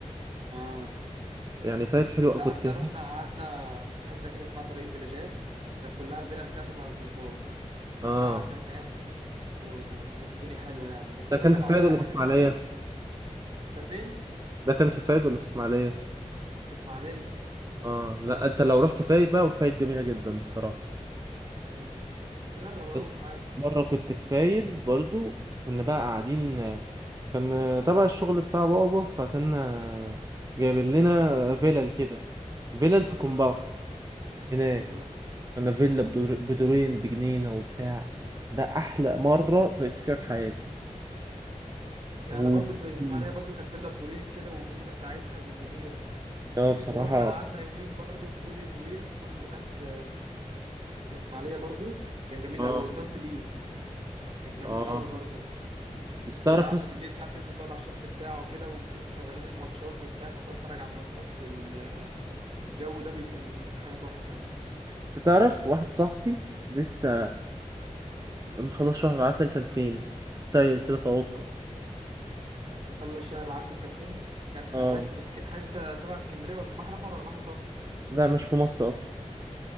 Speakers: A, on the right; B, on the right.
A: اه
B: يعني فايد حلوه
A: لا
B: كنت
A: احنا
B: هناك
A: رحنا قعدنا في حته كده اسمها طريق البلاجات كانت كلها فيلا كده تبع الظباط
B: اه
A: رحنا قعدنا هناك وكانت الج- الدنيا حلوة يعني بس
B: ده كان
A: رحنا
B: في
A: بعدها
B: فايد ولا
A: آخر
B: في اسماعيليه
A: يومين ده فين؟
B: ده كان في فايد ولا في اسماعيليه
A: في إسماعيلية
B: اه لا انت لو رحت فايد بقى وفايد جميله جدا بصراحه
A: آه. أجرب أروح
B: بس
A: عادي
B: مرة كنت في فايد برضو كنا بقى قاعدين كان تبع الشغل بتاع بابا فكان جايبين لنا فيلل كده فيلل في
A: آه.
B: كومباوند هناك
A: آه.
B: كنا فيلا بدور- بدورين بجنينة وبتاع ده أحلى مرة صيفت فيها في حياتي وبجنينة
A: أنا برضو في في إسماعيلية برضو كانت فيلا بدورين كده والجنينة بتاعتها كانت جميلة
B: اه بصراحة
A: ورحنا قعدنا يومين برضو في جولدن جويل فندق هناك في في إسماعيلية برضو كان جميل
B: اه
A: قوي قدام تليب كان جميل
B: اه
A: قوي برضو
B: انت تعرف
A: والقعدة
B: اس-
A: بالليل بقى بتنزل تقعد على الشط بتاعه كده وبيكونوا مشغلين الماتشات وبتاع فبتتفرج على الماتشات في ال- في الجو ده بيكون حاجة تحفة يعني.
B: انت تعرف واحد صاحبي لسه مخلص شهر العسل كان فين؟ سيل كده توقع
A: مطلع الشهر العسل كان فين؟ كان في
B: اه
A: حتة في سك... حتة تبع اسكندرية ولا بحر أحمر ولا بحر متوسط؟
B: لا مش في مصر أصلا